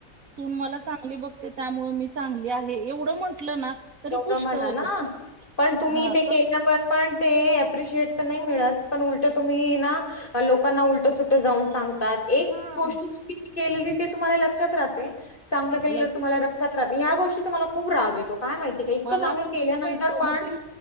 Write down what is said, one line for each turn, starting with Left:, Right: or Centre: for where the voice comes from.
Right: सून मला चांगली बघते त्यामुळं मी चांगली आहे एवढं म्हंटलं ना. तरी
Left: एवढं
Right: पुष्कळ
Left: म्हणा
Right: होतं
Left: ना पण तुम्ही
Right: हा
Left: ते केल्यावर.
Right: तस
Left: पण ते अप्रिशिएट तर नाही मिळत पण उलटं तुम्ही ना. लोकांना उलटं सुटं जाऊन सांग त्यात, एक
Right: हा
Left: गोष्ट चुकीची केलेली ते तुम्हाला लक्षात राहते चांगलं केलेलं
Right: लगे
Left: तुम्हाला सत्रात या गोष्टीचा मला खूप राग येतो काय माहितीय का इतकं
Right: मला
Left: चांगलं
Right: पण
Left: केल्यानंतर
Right: खूप येतो
Left: पण
Right: म्हणजे